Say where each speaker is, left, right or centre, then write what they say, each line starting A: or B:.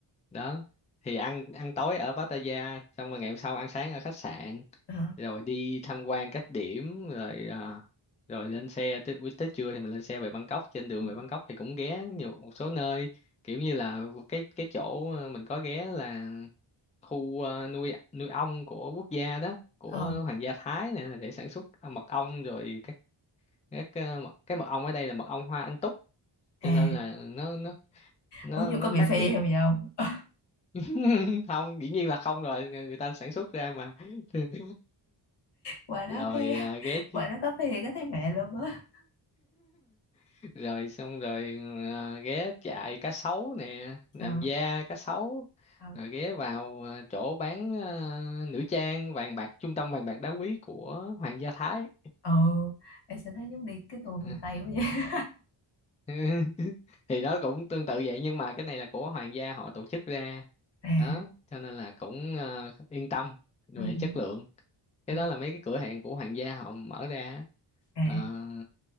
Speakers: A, on the left (about 15°); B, on the left (about 60°).
A: đó thì ăn ăn tối ở Pattaya xong rồi ngày hôm sau ăn sáng ở khách sạn
B: ờ
A: rồi đi tham quan các điểm rồi à, rồi lên xe tới buổi tới trưa thì mình lên xe về Bangkok trên đường
B: Ừ.
A: về Bangkok thì cũng ghé nhiều một số nơi kiểu như là cái cái chỗ ờ, mình có ghé là khu ờ, nuôi nuôi ong của quốc gia đó của
B: Ờ.
A: hoàng gia Thái nè để sản xuất mật ong rồi cái cái mật, cái mật ong ở đây là mật ong hoa anh túc cho
B: à
A: nên là nó nó nó
B: uống vô
A: nó
B: có bị
A: khác
B: phê
A: biệt
B: không vậy không
A: <laughs> không dĩ nhiên là không rồi người người ta sản xuất ra mà <laughs>
B: qua đó
A: rồi
B: cái
A: à, ghé
B: qua
A: chứ
B: đó có phê cái thấy mẹ luôn á
A: <laughs> rồi xong rồi à, ghé chạy cá sấu nè làm
B: ờ
A: da cá sấu
B: ờ
A: rồi ghé vào à, chỗ bán à, nữ trang vàng bạc trung tâm vàng bạc đá quý của Hoàng gia Thái
B: ờ em sẽ thấy giống đi cái tour
A: À,
B: miền Tây quá vậy
A: <laughs> thì nó cũng tương tự vậy nhưng mà cái này là của hoàng gia họ tổ chức ra
B: à
A: đó cho nên là cũng ờ, yên tâm về
B: ừ
A: chất
B: ừ
A: lượng
B: ờ
A: cái đó là mấy cái cửa hàng của hoàng gia họ mở ra á.
B: à
A: Ờ,